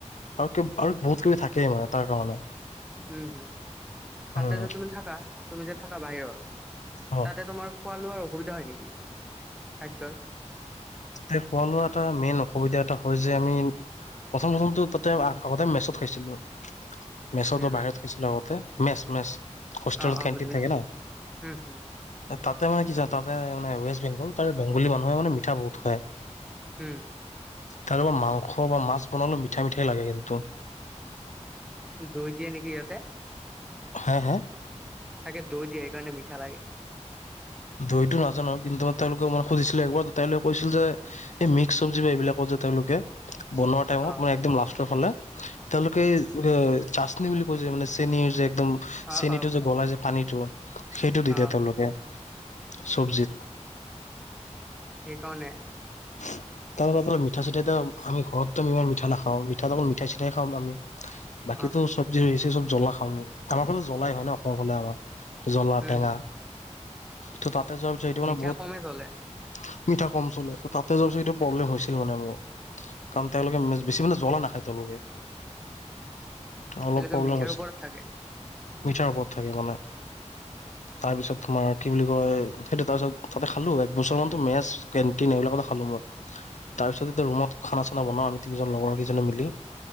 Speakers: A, on the left; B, in the centre.
A: আৰু আৰু বহুত কিবি থাকেই মানে তাৰ কাৰণে।
B: উম, হম তাতে
A: উম
B: যে তুমি থাকা তুমি যে থাকা বাহিৰত
A: অ
B: তাতে তোমাৰ খোৱা লোৱাৰ অসুবিধা হয় নেকি খাদ্যৰ?
A: তাতে খোৱা লোৱা এটা মেইন অসুবিধা এটা হয় যে আমি প্ৰথম প্ৰথমটো তাতে আগতে মেচত খাইছিলো। মেছতো
B: মেনুত
A: বাহিৰত খাইছিলো আগতে মেছ--মেছ হোষ্টেলত
B: অ অ
A: কেণ্টিন
B: বুজি পাইছো
A: থাকে ন।
B: উম হম
A: তাতে মানে কি জানা, তাতে মানে ৱেষ্ট বেংগল তাৰ বেংগলী মানুহে মানে মিঠা বহুত খায়।
B: উম।
A: তাৰ মাংস বা মাছ বনালে মিঠা মিঠাই লাগে কিন্তু।
B: দৈ দিয়ে নেকি সিহঁতে?
A: হা, হা
B: চাগৈ দৈ দিয়ে সেইকাৰে মিঠা লাগে।
A: দইতো নাজানো কিন্তু মই তেওঁলোকে মই সুধিছিলো একবাৰ তেওঁলোকে কৈছিল যে, এই মিক্স চব্জি বা এইবিলাকত যে তেওঁলোকে বনোৱা টাইমত
B: অ
A: মানে একদম লাষ্টৰ ফালে, তেওঁলোকে এই চাচনি বুলি কৈছে মানে, চেনীৰ যে একদম
B: অ
A: চেনীটো
B: অ
A: যে গলাই য পানীটো, সেইটো দিদিয়ে
B: অ
A: তেওঁলোকে চব্জিত।
B: সেইকাৰণে,
A: <inaudible> তাৰ মিঠাই চিঠাই আমি ঘৰততো ইমান মিঠা নাখাওঁ। মিঠাটো অকল মিঠাই চিঠাই খাও আমি। বাকী
B: অ
A: তো চব্জি চব জ্বলা খাওঁ। আমাৰ ফালে জ্বলাই হয় ন অসমৰ ফালে আমাৰ জ্বলা
B: উম
A: টেঙা।
B: হম
A: ত তাতে যোৱাৰ পিছত সেইটো মানে
B: মিঠা
A: বহুত,
B: কমে চলে
A: মিঠা কম চলে তাতে যাব প্ৰব্লেম হৈছিল মানে মোৰ। কাৰণ তেওঁলোকে বেছি মানে জ্বলা নাখায় তেওঁলোকে। অলপ
B: তেওঁলোকে
A: প্ৰব্লেম
B: মিঠাৰ
A: হৈছে।
B: ওপৰত থাকে
A: মিঠাৰ ওপৰত থাকে মানে। তাৰপিছত, তোমাৰ কি বুলি কয়, সেইটো তাৰপিছত তাতে খালো একবছৰ মানতো মেচ কেণ্টিন এইবিলাকতে খালো মই। তাৰপিছত এতিয়া ৰুমত খানা চানা বনাও আমি তিনিজন লগৰকেইজনে মিলি।